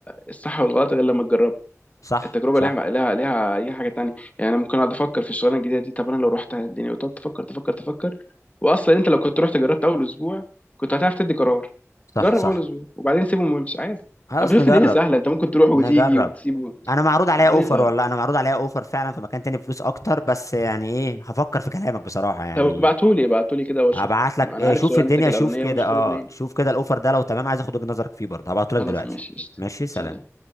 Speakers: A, on the left; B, on the left.
A: الصح والغلط غير لما تجربها
B: صح
A: التجربه
B: صح
A: ليها ليها ليها اي حاجه تانية يعني انا ممكن اقعد افكر في الشغلانه الجديده دي طب انا لو رحت الدنيا وتقعد تفكر تفكر تفكر واصلا انت لو كنت رحت جربت اول اسبوع كنت هتعرف تدي قرار
B: صح
A: جرب
B: صح
A: اول اسبوع وبعدين سيبهم وامشي عادي
B: خلاص
A: انا بشوف
B: نجرب
A: الدنيا سهله انت ممكن تروح وتيجي
B: نجرب
A: وتسيبه
B: انا معروض عليا
A: الدنيا
B: اوفر
A: سهله
B: والله انا معروض عليا اوفر فعلا في مكان تاني فلوس اكتر بس يعني ايه هفكر في كلامك بصراحه يعني
A: طب ابعتهولي ابعتهولي كده واشوف
B: هبعت لك
A: انا
B: إيه
A: عارف
B: شوف
A: شغلانتك
B: الدنيا
A: الاولانيه
B: شوف كده
A: ونشوف
B: اه
A: الاثنين
B: شوف كده الاوفر ده لو تمام عايز اخد وجهة نظرك فيه برضه هبعته
A: خلاص
B: لك دلوقتي
A: ماشي قشطة.
B: ماشي سلام
A: سلام